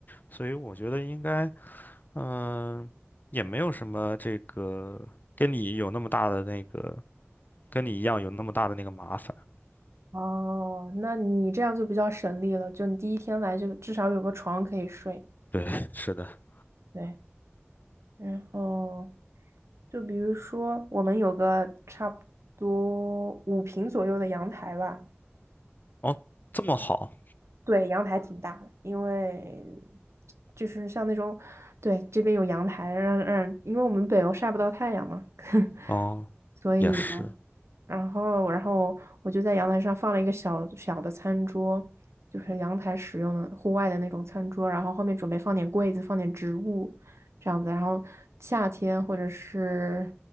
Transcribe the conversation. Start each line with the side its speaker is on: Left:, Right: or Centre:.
Left: 所以我觉得应该，嗯、也没有什么这个跟你有那么大的那个，跟你一样有那么大的那个麻烦。
Right: 哦，那你这样就比较省力了，就你第一天来就至少有个床可以睡。
Left: 对，是的。
Right: 对，然后就比如说我们有个差不多五平左右的阳台吧。
Left: 哦，这么好
Right: 对，阳台挺大的，因为就是像那种，对，这边有阳台，让让，因为我们北欧晒不到太阳嘛，<laughs>
Left: 哦，
Right: 所以呢，
Left: 也是。
Right: 然后然后我就在阳台上放了一个小小的餐桌，就是阳台使用的户外的那种餐桌，然后后面准备放点柜子，放点植物，这样子，然后夏天或者是